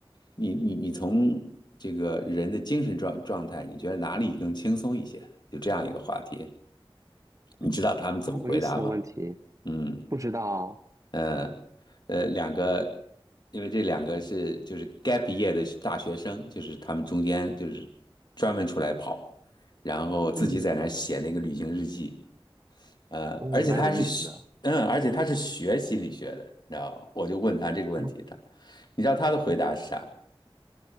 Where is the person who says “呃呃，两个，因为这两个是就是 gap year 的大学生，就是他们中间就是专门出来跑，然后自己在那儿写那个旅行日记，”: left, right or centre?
Left